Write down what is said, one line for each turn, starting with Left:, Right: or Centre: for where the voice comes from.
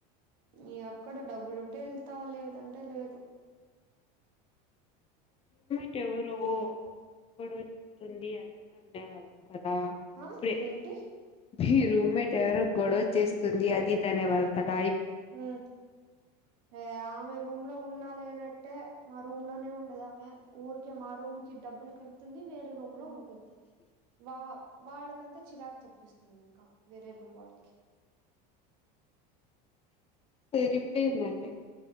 Right: య అక్కడ డబ్బులుంటే ఎళ్తా లేదంటే లేదు
Left: రూమ్మేటేవరో గొడవ చేస్తుంది అదిది అనేవాళ్ళు కదా
Right: అ
Left: ఇప్పుడే
Right: ఏంటి
Left: మీ రూమ్మేటేవరో గొడవ చేస్తుంది అది ఇది అనేవాళ్ళు కద
Right: హ్మ్ ఏ ఆమె రూమ్లో ఉన్నా లేనట్టే మా రూమ్లోనే ఉండదు ఆమె ఊరికే మా రూమ్కి డబ్బులు కడుతుంది వేరే రూమ్లో ఉంటుంది వావ్ వాళ్ళకంతా చిరాకు తెప్పిస్తుంది ఇంకా వేరే రూమ్ వాళ్ళకి
Left: సరిపోయిదండి